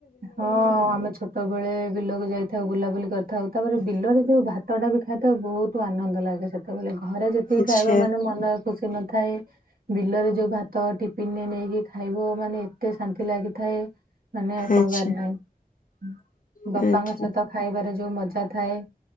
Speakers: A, on the right; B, on the left.
A: ହଁ ଆମେ ଛୋଟବେଳେ ବିଲକୁ ଯାଇଥାଉ ବୁଲାବୁଲି କରିଥାଉ। ତାପରେ ବିଲରେ ଯୋଉ ଭାତ ଟା ବି ଖା ତେ ବହୁତ ଆନନ୍ଦ ଲାଗେ ସେତେବେଳେ। ଘରେ ଯେତିକି
B: ଆଚ୍ଛା
A: ଖାଇବା ମାନେ ମନ ଖୁସି ନଥାଏ। ବିଲରେ ଯୋଉ ଭାତ ଟିଫିନରେ ନେଇକି ଖାଇବ ମାନେ ଏତେ ଶାନ୍ତି ଲାଗିଥାଏ। ମାନେ ଆଉ କହିବାର
B: ଆଚ୍ଛା
A: ନାହିଁ।
B: ଆଚ୍ଛା।
A: ବାପାଙ୍କ ସହିତ ଖାଇବାରେ ଯୋଉ ମଜା ଥାଏ